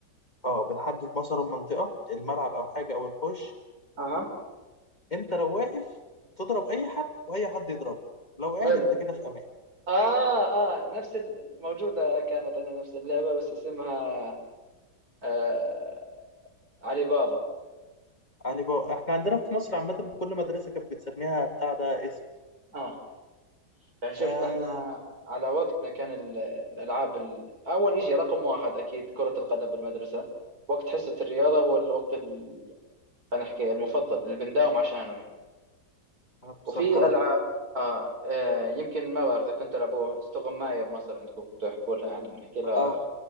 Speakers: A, on the left; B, on the right.
A: اه بنحدد مثلا منطقه الملعب او حاجه او الحوش
B: اها
A: انت لو واقف تضرب اي حد واي حد يضربك لو قاعد
B: حلو
A: انت كده في امان
B: اه اه نفس الموجودة كانت عندنا نفس اللعبة بس اسمها آه علي بابا
A: علي بابا احنا عندنا في مصر عامة كل مدرسة كانت بتسميها بتاع ده اسم
B: اه يعني شوف
A: آه
B: احنا على وقتنا كان ال- الالعاب ال- اول شيء رقم واحد اكيد كرة القدم بالمدرسة وقت حصة الرياضة هو الوقت ال- خلينا نحكي المفضل اللي بنداوم عشانه يعني
A: بصراحة
B: وفي
A: لا
B: العاب آه آه يمكن ما بعرف اذا كنت تلعبوا استغماية بمصر عندكم كنتوا تحكوا لها احنا بنحكي لها
A: آه